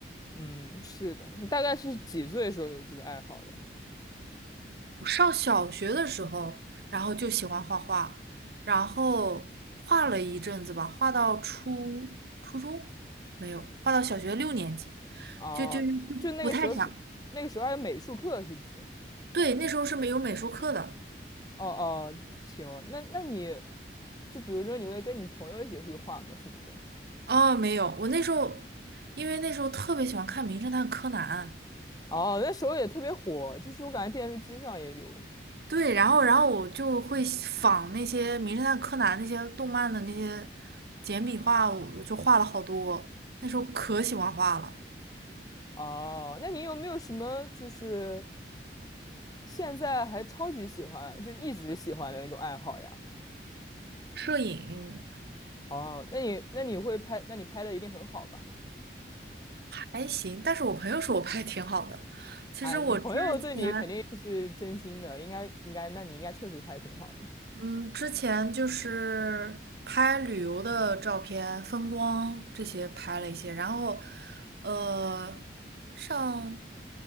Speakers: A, on the left (about 20°); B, on the right (about 60°).
A: 嗯，是的。你大概是几岁的时候有这个爱好的？
B: 我上小学的时候，然后就喜欢画画，然后画了一阵子吧，画到初初中没有，画到小学六年级，
A: 哦，
B: 就就就不太想。
A: 就那个时候是那个时候还有美术课，是不是？
B: 对，那时候是没有美术课的。
A: 哦哦，行，那那你就比如说你会跟你朋友一起去画吗？什么的？
B: 哦，没有，我那时候因为那时候特别喜欢看《名侦探柯南》，
A: 哦，那时候也特别火，就是我感觉电视机上也有。
B: 对，然后然后我就会仿那些《名侦探柯南》那些动漫的那些简笔画，我就画了好多。那时候可喜欢画了，
A: 哦，那你有没有什么就是现在还超级喜欢，就一直喜欢的那种爱好呀？
B: 摄影。
A: 哦，那你那你会拍，那你拍的一定很好吧？
B: 还行，但是我朋友说我拍的挺好的。其实我之前，
A: 哎，你朋友对你肯定是真心的，应该应该，那你应该确实拍的挺好的。
B: 嗯，之前就是拍旅游的照片、风光这些拍了一些，然后，呃，上